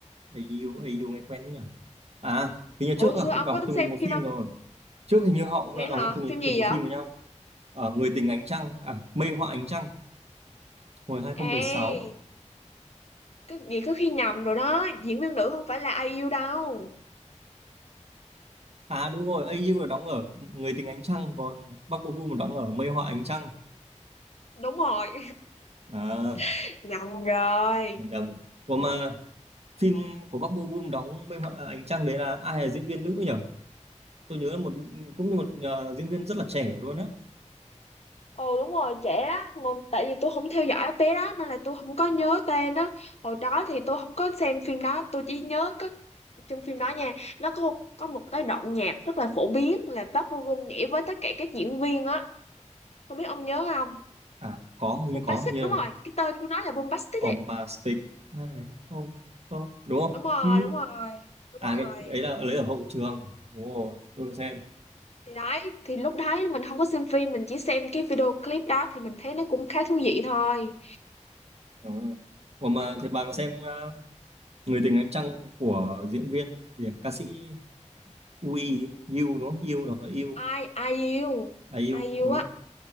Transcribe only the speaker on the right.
AU AU nghe quen đấy nhờ à hình như trước
là
cũng đóng
từng
một
phim
rồi trước hình như họ cũng
đã đóng
từng
cùng một
phim với nhau ở Người tình ánh trăng à Mây họa ánh trăng hồi hai không
một sáu
À đúng rồi, AU là đóng ở Người tình ánh trăng còn Park Bo Gum đóng ở Mây họa ánh trăng.
À
nhầm. Ủa mà phim của Park Bo Gum đóng Mây họa ánh trăng đấy là ai là diễn viên nữ nhỉ? Tôi nhớ là một cũng như một ờ, diễn viên rất là trẻ luôn á.
À có hình
như có hình như
là
ông
bà Stick ai này không không đúng không?
Ừ.
À
cái đấy là lấy ở hậu trường. Đúng rồi, tôi có xem.
Đúng rồi. Ủa mà thế bà có xem ờ, Người tình ánh trăng của diễn viên gì à? ca sĩ Wii yêu đúng không? yêu, đọc là U
à
U
đúng
không?